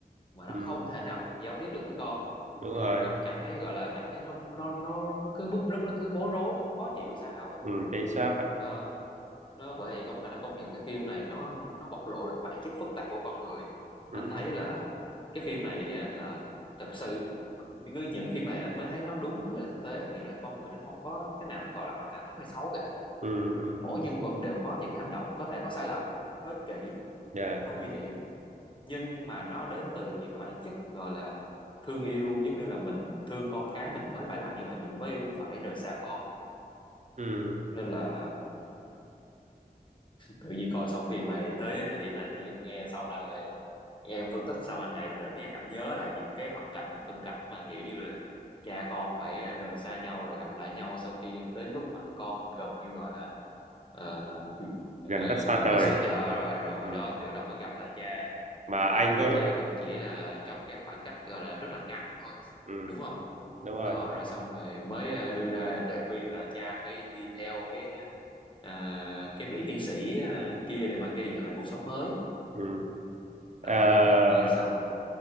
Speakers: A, on the left; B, on the right.
A: mà nó
B: ừ,
A: không thể nào giao tiếp được với con
B: đúng
A: tự
B: rồi
A: nhiên anh cũng cảm thấy gọi là cảm thấy nó nó nó, nó cứ bứt rứt nó cứ bối rối nó cứ khó chịu sao á
B: ừ, chính xác ạ.
A: đó. nó vậy thì không phải nó công nhận cái phim này nó nó bộc lộ được cái bản chất phức tạp của con người anh
B: ừ,
A: thấy là cái phim này á, là thật sự những những phim này anh mới thấy nó đúng là thực tế nghĩa là con người nó không có cái nào nó gọi là hoàn toàn tốt hay xấu cả
B: ừ, ừ,
A: mỗi nhân vật đều có những hành động có thể có sai lầm có ích kỷ
B: dạ,
A: có nguy hiểm nhưng mà nó đến từ những cái bản chất gọi là thương yêu giống như là mình thương con cái mình mới phải làm như vậy mình mới phải rời xa con
B: ừ,
A: nên là tự nhiên coi xong phim này tới thời điểm này tự nhiên anh nghe xong là anh lại nghe em phân tích xong anh lại cảm giác anh nhớ lại những cái hoạt cảnh phân cảnh mà kiểu như là cha con phải rời xa nhau rồi gặp lại nhau sau khi tới lúc mà con gần như gọi là ờ, ờ,
B: gần đất xa
A: gần
B: trời
A: đất xa trời rồi rồi
B: ừ.
A: đó thì bắt đầu mới gặp lại cha
B: mà
A: mà
B: anh
A: gặp lại
B: có
A: cha cũng chỉ là trong cái khoảng cách gọi là rất là ngắn thôi
B: ừ,
A: đúng không
B: đúng rồi
A: đó rồi xong rồi mới ờ, đưa ra lời khuyên là cha hãy đi theo cái à, cái vị tiến sĩ à, kia để mà gây dựng lại cuộc sống mới
B: ừ.
A: đó
B: Ờ,
A: cho anh nghe xong